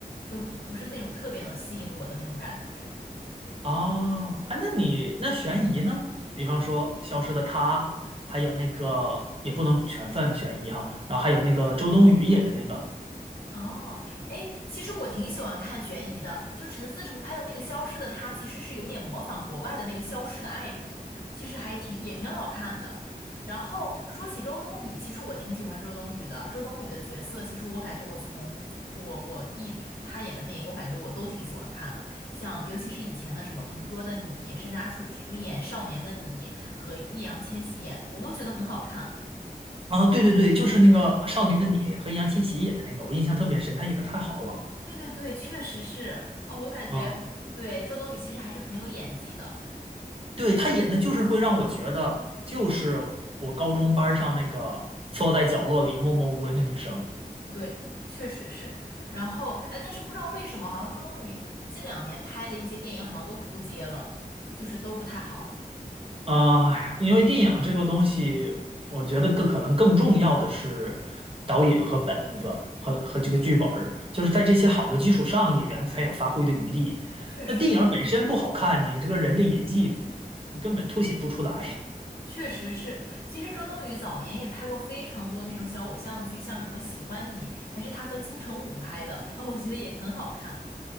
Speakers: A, on the left; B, on the right.
A: 就不是那种特别能吸引我的那种感觉。
B: 哦，啊，那你那悬疑呢？比方说《消失的她》，还有那个也不能全算悬疑哈，然后还有那个周冬雨演的那个
A: 哦，哎，其实我挺喜欢看悬疑的，就是陈思诚拍的那个《消失的她》，其实是有点模仿国外的那个《消失的爱人》，其实还挺也挺好看的。然后说起周冬雨，其实我挺喜欢周冬雨的。周冬雨的角色，其实我感觉我从我我一直她演的电影，我感觉我都挺喜欢看的，像尤其是以前的什么《同桌的你》《山楂树之恋》《少年的你》和易烊千玺演的，我都觉得很好看。
B: 啊，对对对，就是那个《少年的你》和易烊千玺演的那个，我印象特别深，他演的太好了
A: 对对对，确实是哦，我感觉对周冬雨其实还是很有演技的，
B: 啊，对他演的就是会让我觉得，就是我高中班儿上那个缩在角落里默默无闻的女生。
A: 对，确实是。然后哎，但是不知道为什么，好像周冬雨近两年拍的一些电影好像都扑街了，就是都不太好。
B: 啊，因为电影这个东西，我觉得更可能更重要的是导演和本子和和这个剧本儿，就是在这些好的基础上，演员才有发挥的余地。
A: 确实，
B: 那电影本身不好看，你这个人的演技，你根本凸显不出来。
A: 确实是。其实周冬雨早年也拍过非常多那种小偶像剧，像什么《喜欢你》，还是她和金城武拍的，啊，我觉得也很好看。